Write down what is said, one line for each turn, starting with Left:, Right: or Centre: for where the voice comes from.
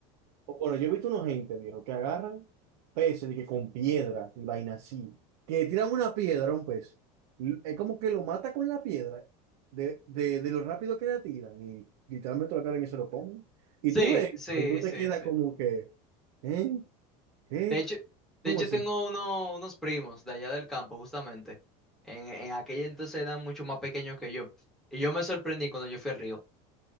Right: O- Bueno, yo he visto unos gente, viejo, que agarran peces y que con piedra y vaina así, que tiran una piedra a un pez. l- Es como que lo mata con la piedra de, de, de lo rápido que la tiran y literalmente lo agarran y se lo comen. Y
Centre: Sí,
Right: tú ves,
Centre: sí,
Right: y tú te
Centre: sí,
Right: quedas
Centre: sí.
Right: como que, ¿eh? ¿Qué?
Centre: De hecho,
Right: ¿Cómo
Centre: de hecho
Right: así?
Centre: tengo uno- unos primos de allá del campo, justamente. En, en aquella entonces eran mucho más pequeños que yo. Y yo me sorprendí cuando yo fui al río,